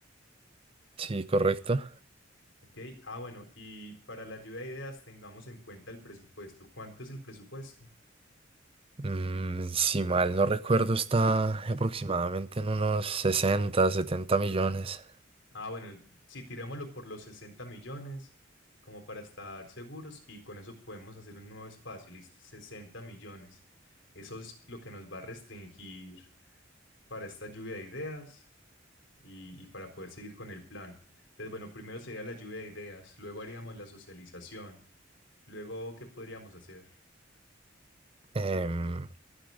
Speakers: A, on the right (about 30°); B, on the left (about 70°).
A: Sí, correcto.
B: Ok, ah, bueno, y para la lluvia de ideas tengamos en cuenta el presupuesto. ¿Cuánto es el presupuesto?
A: Mm, si mal no recuerdo, está aproximadamente en unos sesenta, setenta millones.
B: Ah, bueno, el- si tirámoslo por los 60 millones, como para estar seguros, y con eso podemos hacer un nuevo espacio, listo, 60 millones. Eso es lo que nos va a restringir para esta lluvia de ideas. y, y para poder seguir con el plan. Entonces, bueno, primero sería la lluvia de ideas, luego haríamos la socialización, luego, ¿qué podríamos hacer?
A: Em,